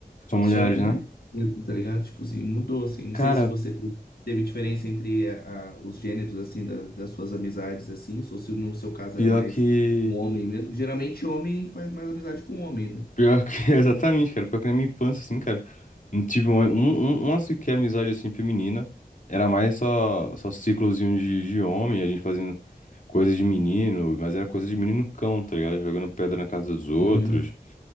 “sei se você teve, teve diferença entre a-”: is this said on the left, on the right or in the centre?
Left